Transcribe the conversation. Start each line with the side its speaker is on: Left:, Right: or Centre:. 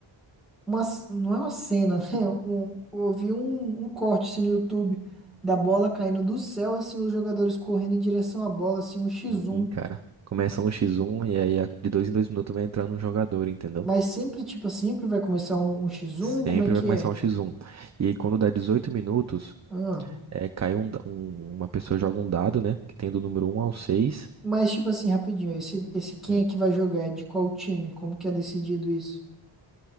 Centre: uma, c- não é uma cena, <laughs> né? Um, eu vi um, um corte assim, no YouTube da bola caindo do céu, assim, os jogadores correndo em direção à bola, assim, um X1.
Right: sim, cara. Começa um x1 e aí a- de dois em dois minutos vai entrando um jogador, entendeu?
Centre: Mas sempre, tipo, sempre vai começar um, um X1,
Right: Sempre
Centre: como é que
Right: vai começar
Centre: é?
Right: um x1. E aí quando dá 18 minutos,
Centre: Ah,
Right: é, cai um, da- um- uma pessoa joga um dado, né? Que tem do número um ao 6.
Centre: mas, tipo assim, rapidinho, esse, esse quem
Right: um.
Centre: é que vai jogar? É de qual time? Como que é decidido isso?